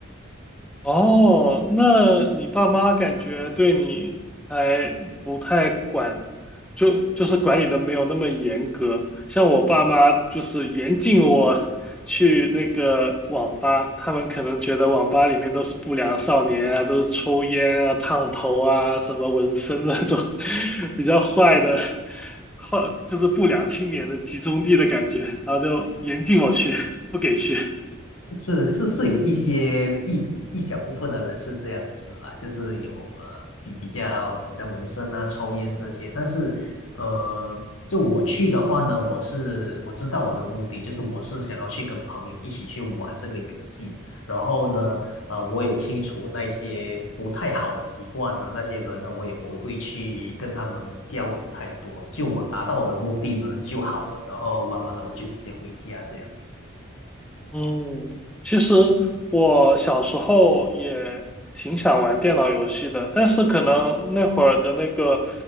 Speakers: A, in the centre; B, on the left (about 80°).
A: 哦，那你爸妈感觉对你还不太管，就就是管理的没有那么严格。像我爸妈就是严禁我去那个网吧，他们可能觉得网吧里面都是不良少年啊，都是抽烟啊、烫头啊、什么纹身那种 <laughs> 比较坏的坏，就是不良青年的集中地的感觉，然后就严禁我去，不给去。
B: 是是是有一些一一小部分的人是这样子啦，就是有呃比比较好像纹身啊、抽烟这些，但是呃，就我去的话呢，我是我知道我的目的，就是我是想要去跟朋友一起去玩这个游戏，然后呢，呃，我也清楚那些不太好的习惯呢，那些人呢，我也不会去跟他们交流太多，就我达到我的目的呢就好了，然后玩完了我就直接回家这样。
A: 嗯，其实我小时候也挺想玩电脑游戏的，但是可能那会儿的那个